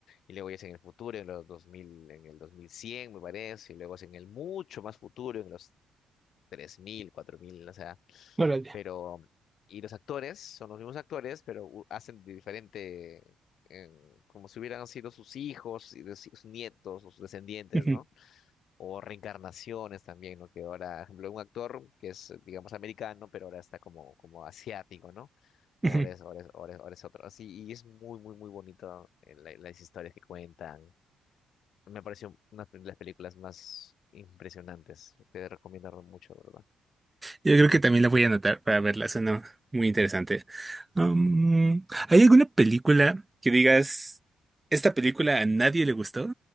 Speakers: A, on the left (about 70°); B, on the right (about 15°).
A: y luego ya es en el futuro, en los dos mil en el 2100 me parece, y luego es en el mucho más futuro, en los tres mil cuatro mil o sea
B: Órale.
A: pero y los actores son los mismos actores, pero u- hacen de diferente, eh, como si hubieran sido sus hijos, y de- si, sus nietos o sus descendientes,
B: ujú,
A: ¿no? O reencarnaciones también, ¿no? Que ahora, por ejemplo, un actor que es, digamos, americano, pero ahora está como, como asiático, ¿no?
B: ujú.
A: Ahora es, ahora es- ahora es- ahora es otro. Así, y es muy, muy, muy bonito eh, la- las historias que cuentan. Me pareció una de las películas más impresionantes. Te recomiendo mucho, ¿verdad?
B: Yo creo que también la voy a anotar para verla. Suena muy interesante. Um, ¿hay alguna película que digas, esta película a nadie le gustó,